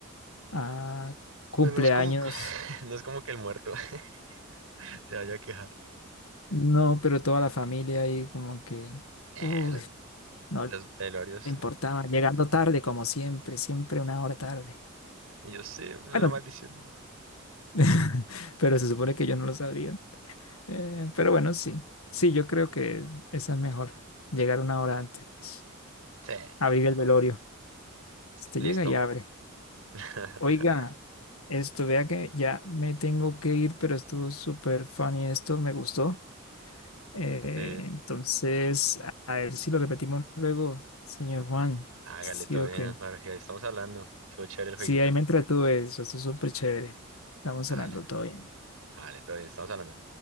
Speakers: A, on the left (about 85°); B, on the right (about 85°).
A: a cumpleaños,
B: pues no es como, <laughs> no es como que el muerto <laughs> se vaya a quejar.
A: no, pero toda la familia ahí como que,
B: Eh,
A: uy,
B: los,
A: no
B: los
A: le
B: velorios,
A: importaba,
B: nada.
A: llegando tarde como siempre, siempre una hora tarde.
B: Y yo sí, es una
A: Bueno,
B: maldición.
A: <laughs> pero se supone que yo no lo sabría. Eh, pero bueno, sí, sí, yo creo que esa es mejor, llegar una hora antes.
B: Sí,
A: abrir el
B: no,
A: velorio. Este
B: listo.
A: llega y abre.
B: <laughs>
A: Oiga, esto, vea que ya me tengo que ir, pero estuvo súper funny esto, me gustó. Eh,
B: Sí,
A: entonces, a a ver si lo repetimos luego, señor Juan.
B: hágale,
A: Sí
B: todo
A: o
B: bien,
A: qué.
B: Jorge, ahí estamos hablando. Estuvo chévere el jueguito.
A: Sí, ahí me entretuve, eso estuvo súper chévere. Estamos
B: Dale.
A: hablando todo bien.
B: Vale, todo bien, estamos hablando.